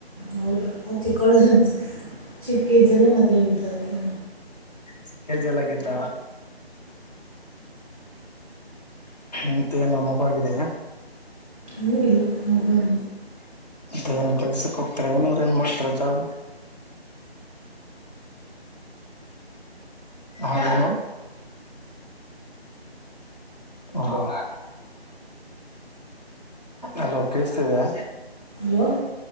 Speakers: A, in the centre; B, on the left (about 40°).
A: ಹೌದು ಚಿಕ್ಕೋಳೆ ಚಿಕ್ಕ ಏಜ್ ಅಲ್ಲೆ ಮದ್ವೆಯಾಗಿದ್ದು ಅದಕ್ಕೆ
B: ಚಿಕ್ಕ ಏಜ್ ಅಲ್ಲಿಯಾಗಿದ್ದ ಮತ್ತೆ ನಮಗೂ ಆಗಿದೆ
A: ಏನು ಇಲ್ಲ ಮೊಬೈಲ್
B: ಅ ಏನ್ ಕೆಲ್ಸಕ್ಕೆ ಹೋಗ್ತಾರೆ ಅವ್ರೇನು ಏನ್ ಮಾಡ್ತಾರೆ ಜಾಬ್ ಹ ಏನು ಹೌದ ಅಲೋ ಕೇಳಿಸ್ತಾಇದಿಯ
A: ಯೋ